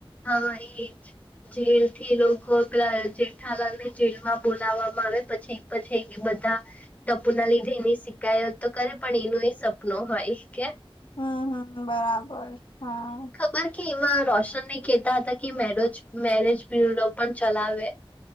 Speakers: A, on the left; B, on the left.
A: હા એ જેલ થી લોકો પેલા જેઠા લાગ ને જેલમાં બોલાવામાં આવે પછી <unintelligible> બધા ટપુ ના લીધે એની શિકાયત તો કરે પણ એનું એ સપનું હોય કે
B: હમ્મ હમ્મ બરાબર હા
A: મારે કે એમાં રોશન ને કહેતા હતા કે મેરેજ મેરેજ બ્યુરો પણ ચલાવે,